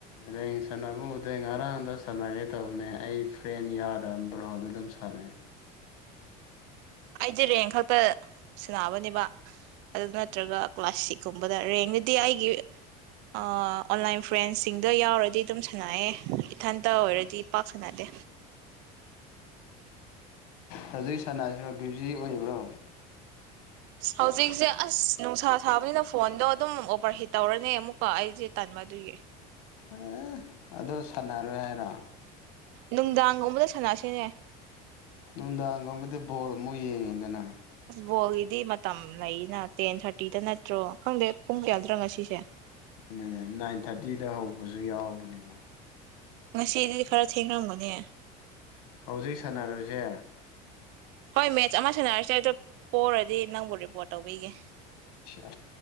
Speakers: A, on the left (about 85°); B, on the right (about 70°).
A: ꯍꯌꯦꯡ ꯁꯥꯟꯅꯕ ꯎꯗ ꯉꯔꯥꯡꯗ ꯁꯥꯟꯅꯒꯦ ꯇꯧꯕꯅꯦ ꯑꯩ ꯐ꯭ꯔꯦꯟ ꯌꯥꯗꯕ ꯕ꯭ꯔꯍꯣꯗ ꯑꯗꯨꯝ ꯁꯥꯟꯅꯩ
B: ꯑꯩꯗꯤ ꯔꯦꯡ ꯈꯛꯇ ꯁꯤꯟꯅꯕꯅꯦꯕ ꯑꯗꯨ ꯅꯠꯇ꯭ꯔꯒ ꯀ꯭ꯂꯥꯁ ꯁꯤꯛꯁꯀꯨꯝꯕꯗ ꯔꯦꯡ ꯗꯤ ꯑꯩꯒꯤ ꯑꯣꯟꯂꯥꯏꯟ ꯐ꯭ꯔꯦꯟꯁꯤꯡꯗ ꯌꯥꯎꯔꯗꯤ ꯑꯗꯨꯝ ꯁꯥꯟꯅꯑꯦ ꯏꯊꯟꯇ ꯑꯣꯏꯔꯗꯤ ꯄꯥꯛ ꯁꯅꯗꯦ
A: ꯍꯧꯖꯤꯛ ꯁꯥꯟꯅꯁꯤꯔꯣ ꯕ꯭ꯌꯨꯖꯤ ꯑꯣꯏꯕ꯭ꯔꯣ
B: ꯍꯧꯖꯤꯛꯁꯦ ꯑꯁ ꯅꯨꯡꯁꯥ ꯁꯥꯕꯅꯤꯅ ꯐꯣꯟꯗꯣ ꯑꯗꯨꯝ ꯑꯣꯕꯔꯍꯤꯠ ꯇꯧꯔꯅꯤ ꯑꯃꯨꯛꯀ ꯑꯩꯁꯦ ꯇꯟꯕꯗꯨꯒꯤ
A: ꯑꯦ ꯑꯗꯨ ꯁꯥꯟꯅꯔꯣꯏ ꯍꯥꯏꯔꯣ
B: ꯅꯨꯡꯗꯥꯡꯒꯨꯝꯕꯗ ꯁꯥꯟꯅꯁꯤꯅꯦ
A: ꯅꯨꯡꯗꯥꯡꯒꯨꯝꯕꯗꯤ ꯕꯣꯜ ꯑꯃꯨꯛ ꯌꯦꯡꯉꯤꯗꯅ
B: ꯍꯣꯗꯤ ꯃ ꯂꯩꯅ ꯇꯦꯟ ꯊꯥꯔꯇꯤꯗ ꯅꯠꯇ꯭ꯔꯣ ꯈꯪꯗꯦ ꯄꯨꯡ ꯌꯥꯗ꯭ꯔꯥ ꯉꯁꯤꯁꯦ
A: ꯑꯗꯨ ꯅꯥꯏꯟ ꯊꯥꯔꯇꯤꯗ ꯍꯧꯕꯁꯨ ꯌꯥꯎꯕꯅꯤꯀꯣ
B: ꯉꯁꯤꯗꯤꯗꯤ ꯈꯔ ꯊꯦꯡꯔꯝꯒꯅꯦ
A: ꯍꯧꯖꯤꯛ ꯁꯥꯟꯅꯔꯁꯦ
B: ꯍꯣꯏ ꯃꯦꯠꯆ ꯑꯃ ꯁꯥꯟꯅꯔꯁꯦ ꯑꯗꯣ ꯄꯔꯗꯤ ꯏꯟꯅꯪꯕꯨꯣꯔꯤꯕꯣꯦ ꯇꯧꯕꯤꯒꯦ
A: ꯑ